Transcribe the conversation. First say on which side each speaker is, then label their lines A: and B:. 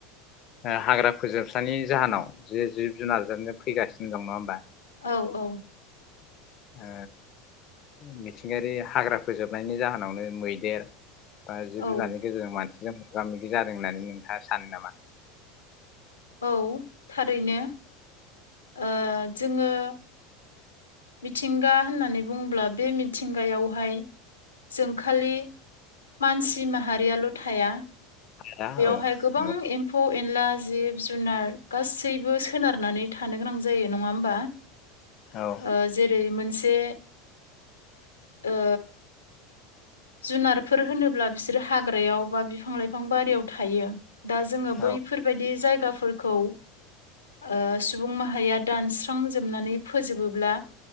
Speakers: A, on the left; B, on the left.
A: ओ हाग्रा फोजोबस्रांनि जाहोनाव जे जिब जुनार जोबनो फैगासिनो दं नङा होमबा
B: औ औ
A: ओ मिथिंगायारि हाग्रा फोजोबनायनि जाहोनावनो मैदेर बा जिब
B: औ
A: जुनारनि गेजेरजों मानसि जों मोगा मोगि जादों होननानै नोंथाङा सानो नामा
B: औ थारैनो ओ जोङो मिथिंगा होननानै बुङोब्ला बे मिथिंगायावहाय जोंख खालि मानसि माहा हारियाल' थाया
A: दा
B: बेयावहाय
A: औ
B: गोबां
A: नंगौ
B: एम्फौ एनला जिब जुनार गासैबो सोनारनानै थानो गोनां जायो नङा होमबा
A: औ
B: ओ जेरै मोनसे ओ जुनारफोर होनोब्ला बिसोरो हाग्रायाव बा बिफां लाइफां बारियाव थायो। दा जोङो बैफोरबायदि
A: औ
B: जाय गाफोरखौ ओ सुबुं माहारिया दानस्रांजोबनानै फोजोबो ब्ला